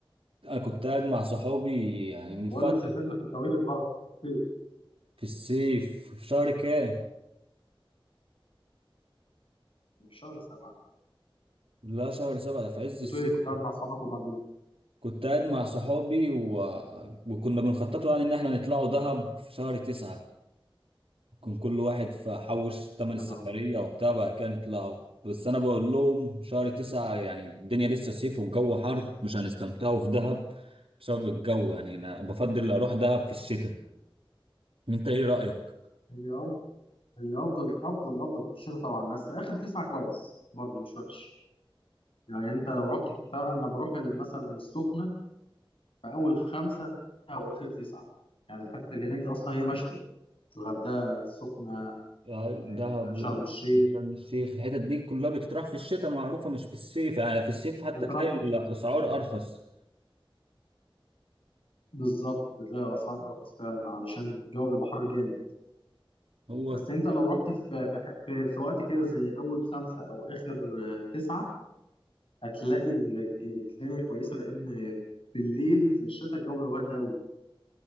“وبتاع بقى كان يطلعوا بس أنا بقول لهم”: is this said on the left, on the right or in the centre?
Right